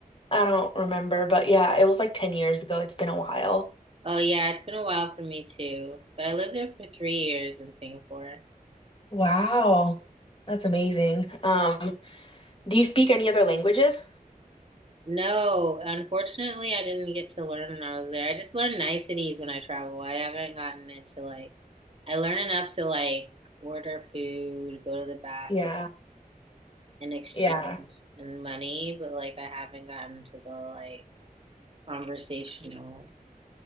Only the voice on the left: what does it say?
I don't remember, but yeah, it was like 10 years ago. It's been a while.
Wow. That's amazing. Um, do you speak any other languages?
Yeah,
yeah,